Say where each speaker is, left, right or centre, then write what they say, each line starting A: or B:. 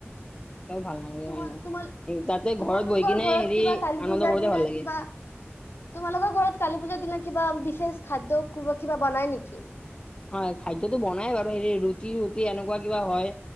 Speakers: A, on the left (about 20°); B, on the left (about 60°).
A: <unintelligible> ভাল নালাগে
B: তোমাৰ
A: মোৰ ইমান,
B: তোমাৰ
A: ই তাতে
B: তোমালোকৰ
A: ঘৰত বহি কিনে
B: ঘৰত
A: হেৰি
B: কিবা কালী
A: আনন্দ
B: পূজাৰ
A: কৰোতে
B: দিনা
A: ভাল লাগে।
B: কিবা তোমালোকৰ ঘৰত কালি পূজাৰ দিনা কিবা বিশেষ খাদ্য কোবা কিবা বনাই নেকি?
A: হয় খাদ্যতো বনাই বাৰু, হেৰি ৰুটি - ৰুটি এনেকুৱা কিবা হয়।